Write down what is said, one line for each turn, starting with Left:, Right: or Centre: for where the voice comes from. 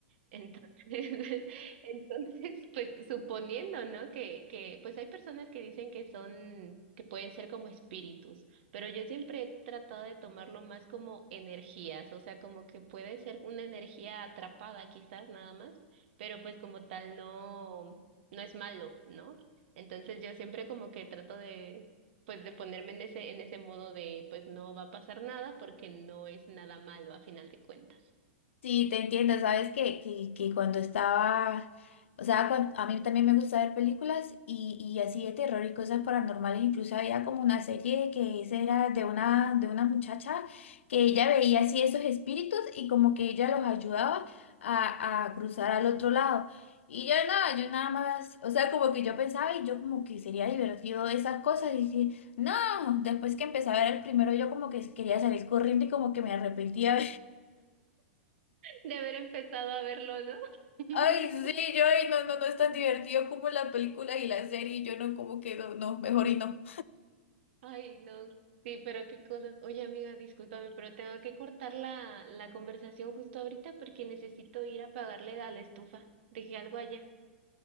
Right: Entonces, <laughs> entonces, pues suponiendo, ¿no? Que, que, pues hay personas que dicen que son, que pueden ser como espíritus, pero yo siempre he tratado de tomarlo más como energías, o sea, como que puede ser una energía atrapada quizás nada más, pero pues como tal no, no es malo, ¿no? Entonces yo siempre como que trato de, pues de ponerme en ese, en ese modo de, pues no va a pasar nada porque no es nada malo a final de cuentas.
Left: Sí, te entiendo, sabes que, que, que cuando estaba, o sea, cuan- a mí también me gusta ver películas y, y así de terror y cosas paranormales, incluso había como una serie que esa era de una, de una muchacha que ella veía así esos espíritus y como que ella los ayudaba a, a cruzar al otro lado. Y yo nada, yo nada más, o sea, como que yo pensaba y yo como que sería divertido esas cosas y dije, no, después que empecé a ver el primero yo como que quería salir corriendo y como que me arrepentía
Right: de haber empezado a verlo, ¿no? <laughs>
Left: Ay, sí, yo, ay, no, no, no es tan divertido como la película y la serie, y yo no, como que no, no, mejor y no.
Right: Ay, no, sí, pero qué cosas. Oye, amiga, discúlpame, pero tengo que cortar la, la conversación justo ahorita porque necesito ir a pagarle a la estufa. Dejé algo allá.